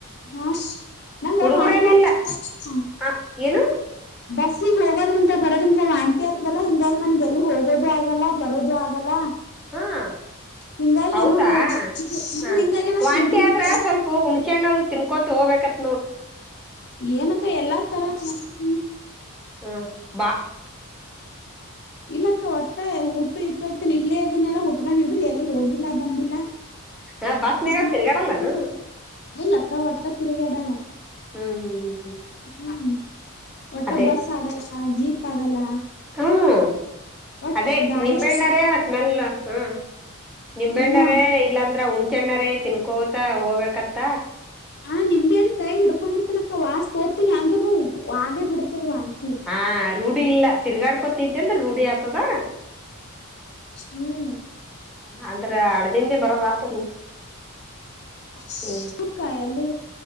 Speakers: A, on the left; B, in the centre.
A: ಹಾ ನಂಗ
B: ಹುಡುಗುರೇನಿಲ್ಲ
A: <unintelligible>
B: ಹ ಏನು
A: ಬಸ್ಸಿಗೆ ಹೋಗೋದ್ರಿಂದ ಬರೋದ್ರಿಂದ ವಾಂತಿ ಆಗ್ತದಲ್ಲಾ ಹಿಂಗಾಗಿ ನನ್ಗೆ ಎಲ್ಲಿ ಹೋಗೋದು ಆಗಲ್ಲ ಬರೋದು ಆಗಲ್ಲ
B: ಹಾ <unintelligible>
A: ಹಿಂಗಾಗಿ
B: ಹೌದಾ
A: ಏನು ನೋಡ್
B: ಹ
A: ಹಿಂಗಾಗಿ ನಾ
B: ವಾಂತಿ
A: ಸಿಂದಗಿ ಬಿಟ್ಟೆ
B: ಆದ್ರ ಸ್ವಲ್ಪ ಹುಂಸೆ ಹಣ್ಣದು ತಿನ್ಕೋ <unintelligible> ತೋಗಬೇಕ ಅತ <unintelligible>
A: ಏನಕ್ಕ ಎಲ್ಲಾ ತರನೂ <unintelligible>
B: ಹ <unintelligible>
A: ಇಲ್ಲಕ್ಕ ವಟ್ಟ ಹುಟ್ಟು ಇತ್ತ ಇತನ ಇಲ್ಲೇ ಅದನ್ನೆಲ್ಲ ಹುಟದ ಹಿಡಿದ್ರಿ ಎ <unintelligible> ನೀವು ಹೋಗಿಲ್ಲ ಬಂದಿಲ್ಲ?
B: ಹ ಬಸ್ನಾಗ
A: <unintelligible>
B: ತಿರ್ಗಾಡಲ್ಲಾನ
A: ಹೂ ಇಲ್ಲಕ್ಕ ಒಟ್ಟ ತಿರಗೇಡಲ್ಲ? <unintelligible>
B: ಹ್ಮ್ ಹ್ಮ್ ಹ್ಮ್ ಹ್ಮ್
A: ಹ್ಮ್ ಒಟ್ಟ
B: ಅದೇ
A: ಬಸ್ ಆಗಲ್ಲ ಜೀಪ್ ಆಗಲ್ಲ
B: ಹ್ಮ್
A: ಒಟ್ಟ
B: ಅದೇ
A: ಗಾಡಿ
B: ನಿಂಬೆಣ್ಣರ
A: ಬಿಟ್ಟ
B: ಸ್ಮೆಲ್ ಹ್ಮ ನಿಂಬಣ್ಣರೇ
A: ಏನು
B: ಇಲ್ಲಾಂದ್ರ ಹುಣಚೆಣ್ಣರೇ ತಿನ್ಕೋತ ಹೋಗ್ಬೇಕತ್ತ
A: ಆ ನಿಂಬೆಳಳ ಕೈಗ ಹಿಡ್ಕೊಂಡಿರ್ತನಕ್ಕ ವಾಸ್ ತೋತಿನಿ ಅಂದ್ರುೂ ಹಾಗೆ ಬಿಡ್ತಾಇದೆ ವಾಂತಿ
B: ಹಾ ರೂಢಿ ಇಲ್ಲ ತಿರ್ಗಾಡ್ಕೋತಿದ್ದ ಅಂದ್ರ ರೂಢಿ ಆತದ
A: ಹ್ಮ್
B: ಅ್ರ ಡ್ ದನ್ಗೆ ಬರ ವತ ನೀ
A: ಸುಖ
B: ಹ್ಮ್
A: ಎಲ್ಲಿ